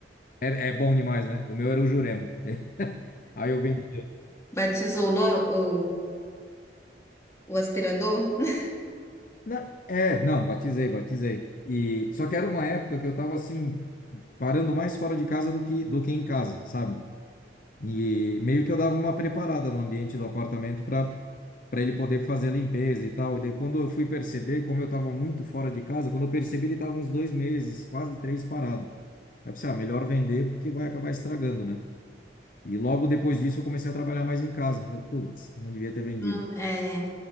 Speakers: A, on the left; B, on the left.
A: é, é bom demais, né? O meu era o Juremo. <laughs> Aí eu vendi.
B: Batizou o, no- o, o aspirador. <laughs>
A: Não, é, não, batizei, batizei. E só que era uma época que eu tava assim, parando mais fora de casa do que do que em casa, sabe? E meio que eu dava uma preparada no ambiente do apartamento para para ele poder fazer a limpeza e tal. E daí, quando eu fui perceber, como eu estava muito fora de casa, quando eu percebi, ele estava uns dois meses, quase três parado. Aí eu pensei, ah, melhor vender porque vai acabar estragando, né? E logo depois disso eu comecei a trabalhar mais em casa. Deu, putz, não devia ter vendido.
B: Hum, É.